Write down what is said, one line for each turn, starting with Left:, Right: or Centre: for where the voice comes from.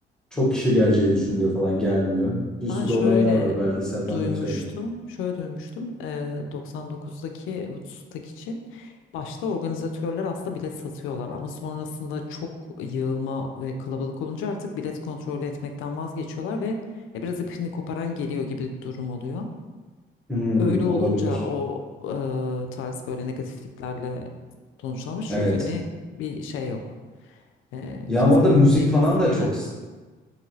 Centre: Çok
Left: evet.
Centre: kişi geleceği düşünülüyor falan gelmiyor. Bir
Left: Ben
Centre: sürü
Left: şöyle
Centre: olaylar var. Belgeselde
Left: duymuştum,
Centre: anlatıyorum.
Left: şöyle duymuştum. eee, 99'daki Woodstock için başta organizatörler aslında bilet satıyorlar ama sonrasında çok yığılma ve kalabalık olunca artık bilet kontrolü etmekten vazgeçiyorlar ve e, biraz ipini koparan geliyor gibi bir durum oluyor.
Centre: Hımm,
Left: Öyle olunca
Centre: olabilir.
Left: o eee, tarz böyle negatifliklerle sonuçlanmış
Centre: Evet.
Left: çünkü hani bir şey yok. Eee
Centre: Ya,
Left: kimseyi
Centre: orada müzik
Left: bilemiyorsun
Centre: falan da
Left: yani.
Centre: çok s